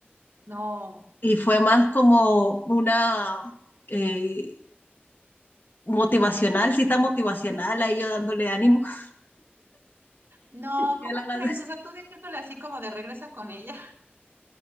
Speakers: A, on the right; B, on the left.
A: No,
B: Y fue más como una eh, motivacional, cita motivacional, ahí yo dándole ánimo. <laughs>
A: no,
B: Y
A: ¿cómo
B: él hablando.
A: crees? O sea, tú diciéndole así como de regresa con ella.